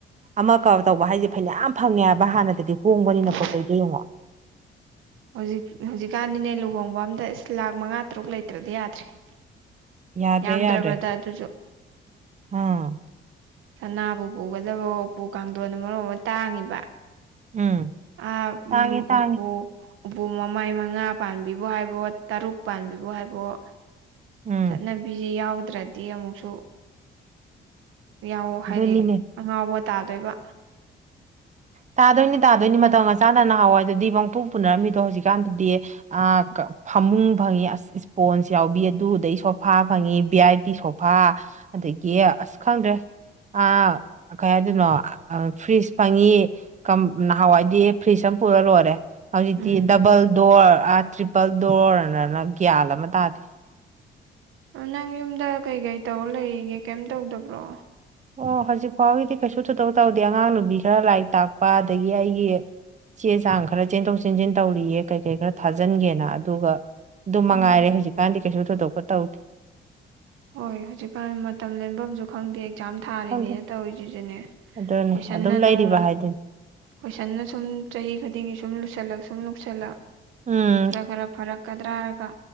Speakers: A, on the right; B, on the right.
A: ꯑꯃ ꯀꯝ ꯇꯧꯕ ꯍꯥꯏꯁꯦ ꯐꯅꯌꯥꯝ ꯐꯪꯉꯦ ꯍꯥꯏꯕ ꯍꯥꯟꯅꯗꯗꯤ ꯍꯣꯡꯕꯅꯤꯅ
B: ꯍꯣꯏ
A: ꯄꯣꯠ ꯆꯩꯁ‌ꯦ ꯌꯦꯡꯉꯣ꯫
B: ꯍꯧꯖꯤꯛ ꯍꯧꯖꯤꯛꯀꯥꯟꯗꯤꯅꯦ ꯂꯨꯍꯣꯡꯕ ꯑꯝꯗ ꯏꯁ ꯂꯥꯛ ꯃꯉꯥ ꯇꯔꯨꯛ ꯂꯩꯇ꯭ꯔꯗꯤ ꯌꯥꯗ꯭ꯔꯦ꯫ <inaudible>
A: ꯌꯥꯗ꯭ꯔꯦ
B: ꯌꯥꯝꯗ꯭ꯔꯕꯗ
A: ꯌꯥꯗ꯭ꯔꯦ
B: ꯑꯗꯨꯁꯨ
A: ꯑꯥ꯫
B: ꯁꯅꯥꯕꯨ ꯄꯨꯒꯗꯕꯑꯣ ꯎꯄꯨ ꯀꯥꯡꯊꯣꯟ ꯃꯔꯣꯟ ꯑꯃ ꯇꯥꯡꯉꯤꯕ꯫
A: ꯎꯝ
B: ꯑ
A: ꯇꯥꯡꯉꯦ
B: ꯎꯝ
A: ꯇꯥꯡꯉꯦ
B: ꯎꯄꯨ꯫ ꯎꯄꯨ ꯃꯃꯥꯏ ꯃꯉꯥ ꯄꯥꯟꯕꯤꯕꯨ ꯍꯥꯏꯕꯣ ꯇꯔꯨꯛ ꯄꯥꯟꯕꯤꯕꯖ ꯍꯥꯏꯕ‌ꯑꯣ
A: ꯎꯝ
B: ꯆꯠꯅꯕꯤꯁꯦ ꯌꯥꯎꯗ꯭ꯔꯗꯤ ꯑꯃꯨꯛꯁꯨ ꯌꯥꯎ ꯍꯥꯏꯗꯤ
A: ꯑꯗꯨꯅꯤꯅꯦ
B: ꯑꯉꯥꯎꯕ ꯇꯥꯗꯣꯏꯕ
A: ꯇꯥꯗꯣꯏꯅꯤ ꯇꯥꯗꯣꯏꯅꯤ ꯃꯇꯝꯒ ꯆꯥꯅꯥꯅ ꯅꯍꯥꯟꯋꯥꯏ ꯗꯗꯤ ꯄꯪꯄꯨ ꯄꯨꯅꯔꯝꯃꯤꯗꯣ ꯍꯧꯖꯤꯛꯀꯥꯟꯗꯗꯤ ꯑꯥ ꯐꯃꯨꯡ ꯐꯪꯉꯤ ꯑꯁ ꯏꯁꯄꯣꯟꯁ ꯌꯥꯎꯕꯤ ꯑꯗꯨꯗꯩ ꯁꯣꯐꯥ ꯐꯪꯉꯤ ꯚꯤ ꯑꯥꯏ ꯄꯤ ꯁꯣꯐꯥ ꯑꯗꯒꯤ ꯑꯁ ꯈꯪꯗ꯭ꯔꯦ ꯑ ꯀꯩ ꯍꯥꯏꯗꯣꯏꯅꯣ ꯐ꯭ꯔꯤꯖ ꯐꯪꯏ ꯅꯍꯥꯟꯋꯥꯏꯗꯤ ꯐ꯭ꯔꯤꯖ ꯑꯃ ꯄꯨꯔ ꯂꯣꯏꯔꯦ ꯍꯧꯖꯤꯛꯇꯤ
B: ꯎꯝ
A: ꯗꯕꯜ ꯗꯣꯔ ꯑꯥ ꯇ꯭ꯔꯤꯄꯜ ꯗꯣꯔ ꯍꯥꯏꯗꯅ ꯒ꯭ꯌꯥꯟ ꯑꯃ ꯇꯥꯗꯦ
B: ꯅꯪ ꯌꯨꯝꯗ ꯀꯩ ꯀꯩ ꯇꯧꯔ ꯂꯩꯔꯤꯒꯦ ꯀꯩꯝ ꯇꯧꯗꯕ꯭ꯔꯣ
A: ꯑꯣ ꯍꯧꯖꯤꯛ ꯐꯥꯎꯒꯤꯗꯤ ꯀꯩꯁꯨ ꯊ‌ꯣꯏꯗ‌ꯣꯛ ꯇꯧꯗꯦ ꯑꯉꯥꯡ ꯅꯨꯕꯤ ꯈꯔ ꯂꯥꯏꯔꯤꯛ ꯇꯥꯛꯄ ꯑꯗꯒꯤ ꯑꯩꯒꯤ ꯆꯦ ꯆꯥꯡ ꯈꯔ ꯆꯦꯟꯊꯣꯛ ꯆꯦꯟꯁꯤꯟ ꯇꯧꯔꯤꯌꯦ ꯀꯩ ꯀꯩ ꯈꯔ ꯊꯥꯖꯤꯟꯒꯦꯅ ꯑꯗꯨꯒ ꯑꯗꯨ ꯃꯉꯥꯏꯔꯦ
B: ꯎꯝ
A: ꯍꯧꯖꯤꯛꯀꯥꯟꯗꯤ ꯀꯩꯁꯨ ꯊꯣꯏꯗꯣꯛꯄ ꯇꯧ
B: ꯍꯣꯏ ꯍꯧꯖꯤꯛꯀꯥꯟ ꯃꯇꯝ ꯂꯦꯟꯐꯝꯁꯨ ꯈꯪꯗꯦ ꯑꯦꯛꯖꯥꯝ ꯊꯥꯔꯤꯅꯦꯅ
A: ꯈꯪꯗꯦ
B: ꯇꯧꯔꯤꯁꯤꯁꯨꯅꯦ
A: ꯑꯗꯨꯅꯤ
B: ꯀꯣꯏꯁꯟꯅ
A: ꯑꯗꯨꯝ ꯂꯩꯔꯤꯕ
B: ꯅꯨꯡ
A: ꯍꯥꯏꯗꯨꯅꯤ
B: ꯀꯣꯏꯁꯟꯅ ꯁꯨꯝ ꯆꯍꯤ ꯈꯨꯗꯤꯡꯒꯤ ꯁꯨꯝ ꯁꯨꯝ ꯂꯨꯁꯜꯂꯛ ꯁꯨꯝ ꯂꯨꯁꯜꯂꯛ
A: ꯎꯝ
B: ꯈꯔ ꯈꯔ ꯐꯔꯛꯀꯗ꯭ꯔꯥ ꯍꯥꯏꯔꯒ